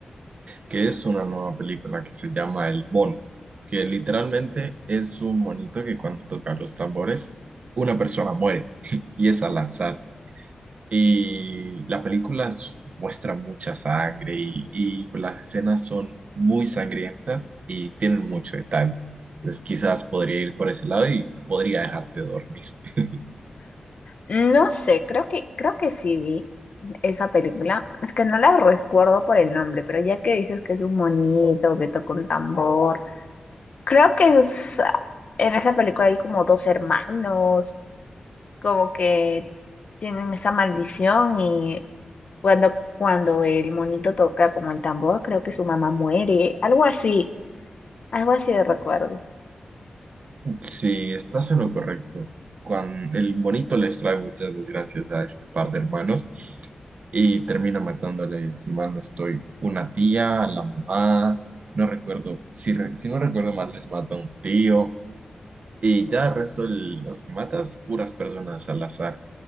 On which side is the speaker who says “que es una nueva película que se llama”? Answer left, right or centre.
Right